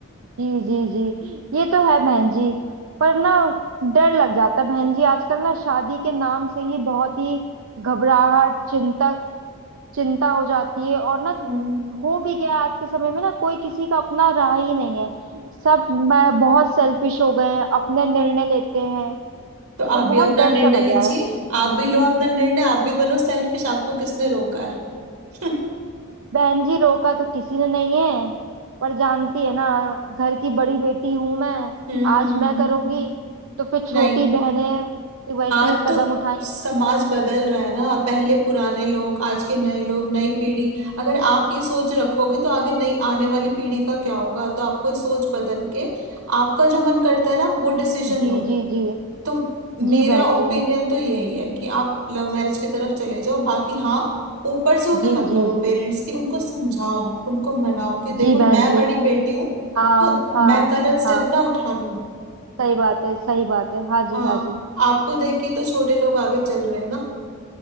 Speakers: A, on the right; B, on the right.
A: जी जी जी ये तो है बहन जी पर ना डर लग जाता है बहन जी आजकल ना शादी के नाम से ही बहुत ही घबराहट चिंता चिंता हो जाती है और ना
B: हम्म
A: हो भी गया आज के समय में ना कोई किसी का अपना रहा ही नहीं है सब मैं बहुत सेल्फिश हो गए हैं अपने निर्णय लेते हैं
B: तो
A: तो
B: आप भी
A: बहुत
B: अपना
A: डर
B: निर्णय
A: सा लगा
B: लीजिए
A: है
B: आप भी लो अपना निर्णय आप भी बनो सेल्फिश आपको किसने रोका है <laughs> हम्म
A: बहन जी रोका तो किसी ने नहीं है पर जानती है ना घर की बड़ी बेटी हूं मैं
B: हम्म
A: आज मैं करूंगी हम्म। तो फिर छोटी
B: नहीं
A: बहनें भी वैसे
B: हाँ
A: ही
B: तो
A: कदम उठाएंगी
B: समाज बदल रहा है ना पहले पुराने लोग आज के नए लोग नई पीढ़ी अगर आप ये सोच रखोगे तो आगे नई आने वाली पीढ़ी का क्या होगा तो आपको ये सोच बदल के आपका जो मन करता है ना वो डिसीजन
A: जी
B: लो
A: जी जी
B: तो मेरा
A: जी बहन
B: ओपिनियन
A: जी
B: तो यही है कि आप लव मैरिज की तरफ चले जाओ बाकी हाँ ऊपर से होके
A: जी
B: मत
A: जी
B: करो
A: जी
B: पेरेंट्स की उनको समझाओ उनको मनाओ कि देखो
A: जी बहन
B: मैं
A: जी
B: बड़ी बेटी हूँ
A: हाँ
B: तो
A: हाँ
B: मैं गलत स्टेप
A: हाँ
B: ना उठा लूं
A: सही बात है सही बात है हाँ
B: हाँ
A: जी हाँ जी
B: आपको देख के तो छोटे लोग आगे चल रहे हैं ना